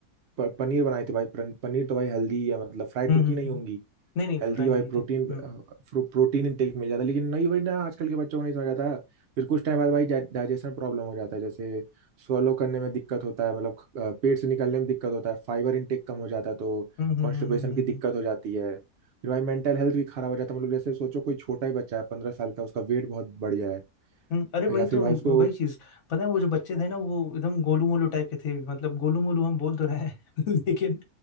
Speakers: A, on the right; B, on the left.
A: प- पनीर बनाई थी भाई पन- पनीर तो भाई हेल्दी है मतलब फ्राइड
B: हम्म
A: तो की
B: हम्म
A: नहीं
B: हम्म।
A: होंगी
B: नहीं नहीं
A: हेल्दी
B: फ्राई नहीं
A: भाई
B: की
A: प्रोटीन
B: थी हम्म
A: प्रोटीन इंटेक मिल जाता है लेकिन नहीं भाई ना आजकल के बच्चों को नहीं समझ आता फिर कुछ टाइम बाद भाई डाइजेशन प्रॉब्लम हो जाता है जैसे स्वलो करने में दिक्कत होता है मतलब अ, पेट से निकलने में दिक्कत होता है फाइबर इंटेक कम हो जाता है तो
B: हम्म हम्म
A: कॉन्स्टिपेशन
B: हम्म हम्म हम्म,
A: की दिक्कत
B: हम्म,
A: हो जाती है फिर भाई मेंटल हेल्थ भी खराब हो जाता है मतलब जैसे सोचो कोई छोटा ही बच्चा है पंद्रह साल का उसका वेट बहुत बढ़ जाए
B: हम्म। अरे वही
A: या फिर
B: तो
A: भाई
B: हम-
A: उसको
B: वही चीज पता है वो जो बच्चे थे ना वो एकदम गोलू मोलू टाइप के थे मतलब गोलू मोलू हम बोल तो रहे हैं <laughs> लेकिन